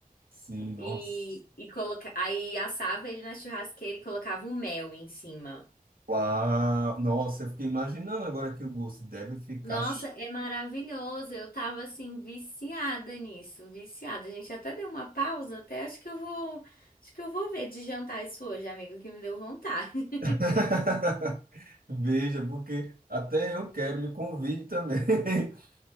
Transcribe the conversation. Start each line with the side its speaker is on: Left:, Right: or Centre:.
Right: Sim, nossa.
Left: E, e coloca... aí assava ele na churrasqueira e colocava o mel em cima.
Right: Uau, nossa, eu fiquei imaginando agora que o gosto deve ficar.
Left: Nossa,
Right: ch-
Left: é maravilhoso. Eu tava assim viciada nisso, viciada. A gente até deu uma pausa, até acho que eu vou, acho que eu vou ver de jantar isso hoje, amigo, que me deu vontade. <laughs>
Right: <laughs> Veja, porque até eu quero, me convide também. <laughs>